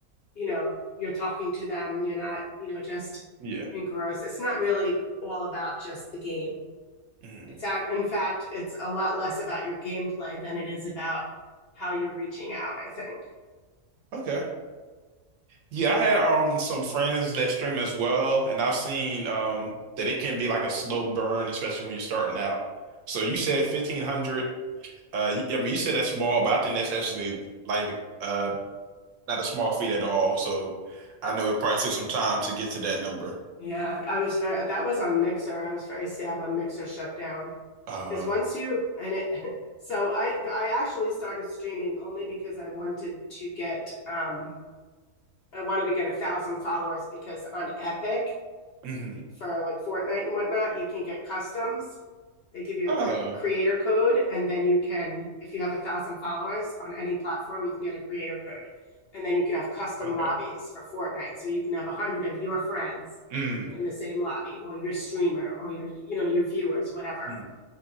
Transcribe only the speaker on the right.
Yeah.
Mhm.
Okay. Yeah, I had um some friends that stream as well, and I've seen um that it can be like a slow burn, especially when you're starting out. So you said 1500. Uh, y- I mean, you said that's small, but I think that's actually like uh not a small feat at all. So I know it probably took some time to get to that number.
Uh,
mm-hmm.
Oh,
okay.
Mm,
mm.